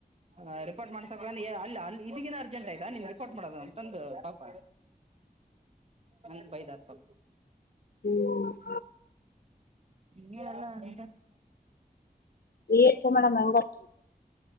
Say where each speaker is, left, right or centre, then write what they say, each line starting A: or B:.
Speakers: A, on the right; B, on the left.
A: ಹ ರಿಪೋರ್ಟ್ ಮಾಡ್ಸಕ್ ಅಲ್ಲಿ ಅಲ್ಲಿಗಿನ ಅರ್ಜೆಂಟ್ ಆಯ್ತಾ ನಿನ್ ರಿಪೋರ್ಟ್ ಮಾಡೋದು ಅಂತಂದು ಪಾಪ.
B: <inaudible>
A: ನಂದ ಬೈದ್ ಆತ್ಪ.
B: ಹ್ಮ <unintelligible>
A: ಲ್ಲಂತ <unintelligible>
B: ಈ ಹೆಚ್ ಎಂ ಮೇಡಮ್ಂ ಹೆಂಗ್ ಆರ